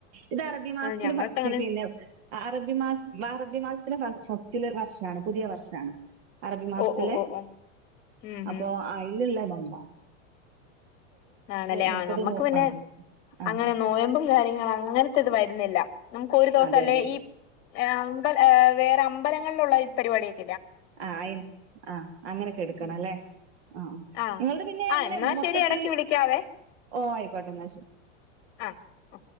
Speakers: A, on the right; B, on the left.
A: ഇത് അറബി മാസത്തിന്
B: ആഹ് ഞങ്ങൾക്ക്
A: ഫസ്റ്റ്
B: അങ്ങനെ
A: പിന്നെ- അറബി മാസ അറബി മാസത്തിലെ ഫസ്റ്റില് വർഷമാണ് പുതിയ വർഷമാണ് അറബി മാസത്തിലെ
B: ഓ ഓ ഓ ഓ ഉം
A: അപ്പൊ
B: ഉം
A: അയിലു ല്ലതാണ്
B: ആണല്ലേ
A: മുപ്പത്
B: ആ നമ്മുക്ക്
A: നോ
B: പിന്നെ
A: ആഹ് ആഹ്
B: അങ്ങനെ നോയമ്പും കാര്യങ്ങളും അങ്ങനെ വരുന്നില്ല നമുക്ക് ഒരു ദിവസം
A: അതെ
B: അല്ലേ
A: അതെ
B: ഈ അമ്പൽ വേറെ- അമ്പലങ്ങളിലുള്ളള്ള പരിപാടിയെ
A: ആ അയി ആഹ് അങ്ങനൊക്കെ എടുക്കണം
B: ഉം
A: അല്ലേ ആഹ
B: ആഹ്
A: നിങ്ങളുടെ പിന്നെ
B: ആഹ്
A: അങ്ങനെ
B: എന്നാ
A: മൊത്തത്തില്
B: ശരി ഇടക്ക് വിളിക്കാവേ
A: ഓ ആയിക്കോട്ടെ എന്നാ ശരി
B: ആഹ്